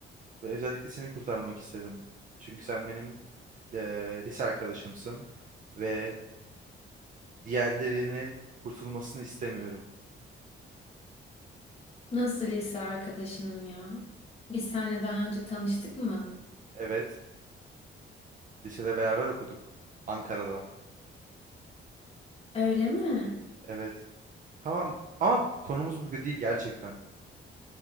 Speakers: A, on the right (about 40°); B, on the left (about 30°).
A: Ve özellikle seni kurtarmak istedim. Çünkü sen benim eee, lise arkadaşımsın. Ve diğerlerinin kurtulmasını istemiyorum.
B: Nasıl lise arkadaşınım ya? Biz seninle daha önce tanıştık mı?
A: Evet. Lisede beraber okuduk. Ankara'da.
B: Öyle mi?
A: Evet. Tamam ama konumuz bu değil gerçekten.